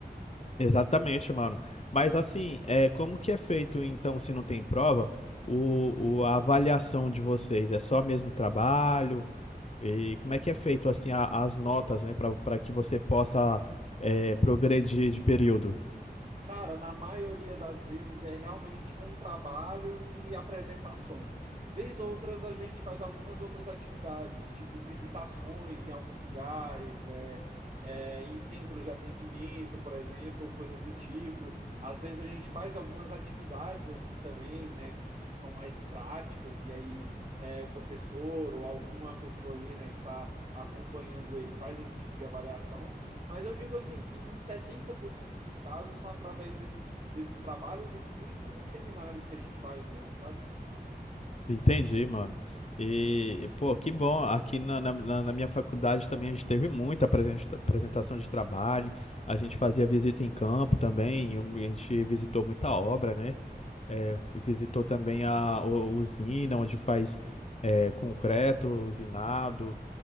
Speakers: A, on the left; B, on the right.
A: Exatamente, mano. Mas assim, é, como que é feito então, se não tem prova, o, o- a avaliação de vocês? É só mesmo trabalho? E como é que é feito assim a- as notas, né, para para que você possa é, progredir de período?
B: Cara, na maioria das vezes é realmente com trabalhos e apresentações. Vez outras a gente faz algumas outras atividades, tipo visitações em alguns lugares, é, é, em centros de atendimento, por exemplo, coisas do tipo. Às vezes a gente faz algumas atividades assim também, né, que, que são mais práticas, e aí é, o professor ou alguma pessoa ali, né, que está acompanhando ele faz esse tipo de avaliação. Mas eu digo assim que em 70% dos casos são através desses, desses trabalhos escritos e seminários que a gente faz mesmo, sabe?
A: Entendi, mano. E, pô, que bom. Aqui na, na, na- na minha faculdade também a gente teve muita apresen- apresentação de trabalho. A gente fazia visita em campo também. e um, A gente visitou muita obra, né? É, visitou também a, u- usina, onde faz é, concreto, usinado.